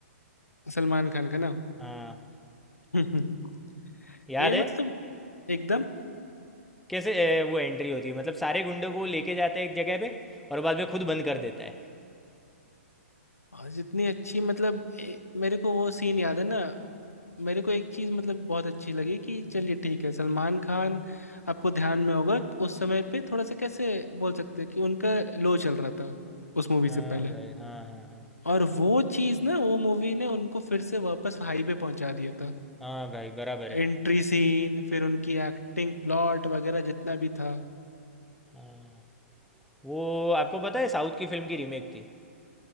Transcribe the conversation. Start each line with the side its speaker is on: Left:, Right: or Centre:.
Left: सलमान खान का ना
Centre: हाँ
Left: <laughs>
Centre: याद
Left: ये
Centre: है
Left: मतलब एकदम
Centre: कैसे ए, वो एंट्री होती है मतलब सारे गुंडों को लेके जाते हैं एक जगह पे और बाद में खुद बंद कर देता है
Left: और जितनी अच्छी मतलब ए, मेरे को वो सीन याद है ना मेरे को एक चीज मतलब बहुत अच्छी लगी कि चलिए ठीक है सलमान खान आपको ध्यान में होगा उस समय पे थोड़ा सा कैसे बोल सकते हैं कि उनका लो चल रहा था उस मूवी
Centre: हाँ
Left: से पहले
Centre: भाई हाँ हाँ हाँ
Left: और वो चीज ना वो मूवी ने उनको फिर से वापस हाई पे पहुंचा दिया था
Centre: हाँ भाई बराबर है
Left: एंट्री सीन फिर उनकी एक्टिंग प्लॉट वगैरह जितना भी था
Centre: हाँ वो आपको पता है साउथ की फिल्म की रीमेक थी